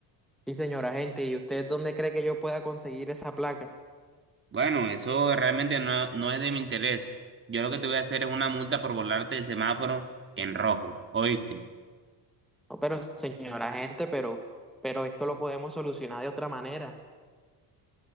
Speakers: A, in the centre; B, on the right.
A: Sí, señora gente, ¿y usted dónde cree que yo pueda conseguir esa placa?
B: Bueno, eso realmente no, no es de mi interés. Yo lo que te voy a hacer es una multa por volarte el semáforo en rojo, ¿oíste?
A: No, pero señora gente, pero, pero esto lo podemos solucionar de otra manera.